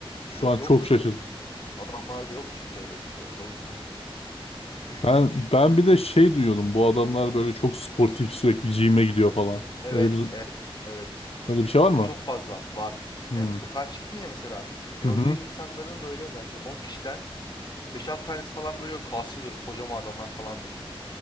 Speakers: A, on the left; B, on the left.
A: şu
B: Yok,
A: an
B: yok
A: çok
B: çünkü.
A: şaşırdım.
B: Adamlarda yok çünkü öyle bir şey. O yüzden. <laughs>
A: Ben ben bir de şey duyuyordum. Bu adamlar böyle çok sportif sürekli gym'e gidiyor falan.
B: Evet
A: Öyle bir
B: evet evet.
A: öyle bir şey var
B: O
A: mı?
B: çok fazla var.
A: Hmm.
B: Yani sokağa çıktın ya mesela. Gördüğün
A: Hı hı.
B: insanların böyle bence 10 kişiden beş 6 tanesi falan böyle kaslıdır. Kocaman adamlar falandır.